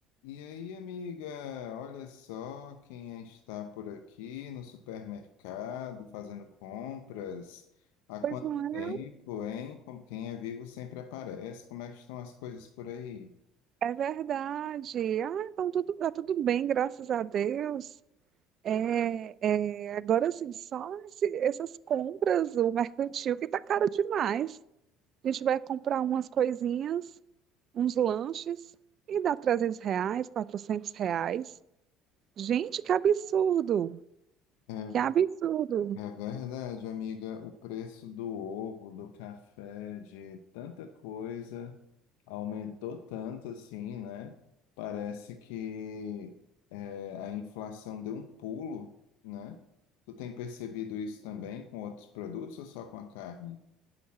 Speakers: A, on the left; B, on the right.
A: E aí, amiga, olha só quem está por aqui no supermercado fazendo compras. Há
B: Pois
A: quanto
B: não
A: tempo,
B: é?
A: hein? Como quem é vivo sempre aparece. Como é que estão as coisas por aí?
B: É verdade. Ah, então tudo, tá tudo bem, graças a Deus. É, é, agora, assim, só esse- essas compras, o <laughs> mercantil, que tá caro demais. A gente vai comprar umas coisinhas, uns lanches, e dá 300 reais, 400 reais. Gente, que absurdo!
A: É
B: Que absurdo!
A: É verdade, amiga. O preço do ovo, do café, de tanta coisa aumentou tanto assim, né? Parece que é, a inflação deu um pulo, né? Tu tem percebido isso também com outros produtos ou só com a carne?